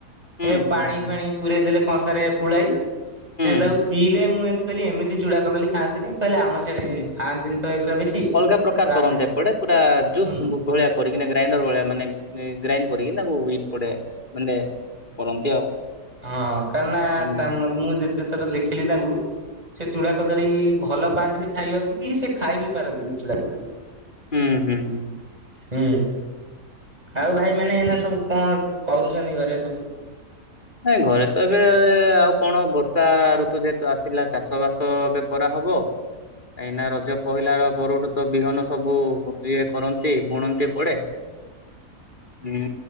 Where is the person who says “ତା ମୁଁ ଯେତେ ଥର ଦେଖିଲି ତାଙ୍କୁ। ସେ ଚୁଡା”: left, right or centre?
Right